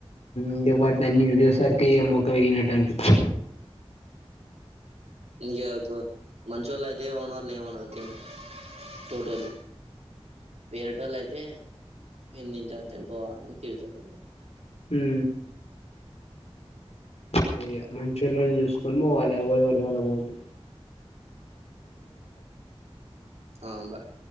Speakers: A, on the left; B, on the right.
A: ఇంక వాటిని అన్ని విడియో సరికి ఆ మోఖం వెరిగినట్టు అనిపించ
B: ఇంక మంచ వాళ్ళ అయితే ఓనర్లు ఏమనరు అగుతంది టోటల్ వేరేటోళ్ళు అయితే మ తింటాంత ఏం పోవాలని తిడుతాంటారు
A: ము
B: ఉ
A: అంత మంచూరి చూసుకొని పోవాలి ఎ రి పడద అల పోదు
B: ఆ బాయ్